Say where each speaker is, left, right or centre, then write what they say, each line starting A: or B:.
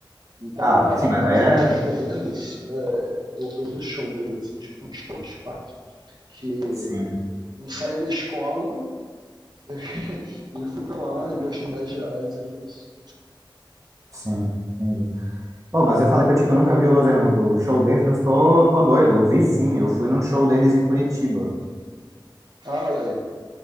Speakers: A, on the right; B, on the right.
A: Então,
B: Ah,
A: a,
B: sim, mas
A: no início
B: aí é.
A: da carreira deles, é, eu, eu vi show deles, assim, tipo uns 3, 4, que
B: Sim,
A: eu saí da escola <laughs> e eu fui pra lá e gastei 10 reais e foi isso.
B: sim, entendi. Pô, mas eu falei pra ti que eu nunca vi o, Los Herma- o show deles, mas tô, tô doido. Eu vi sim, eu fui num show deles em Curitiba.
A: Ah, olha aí.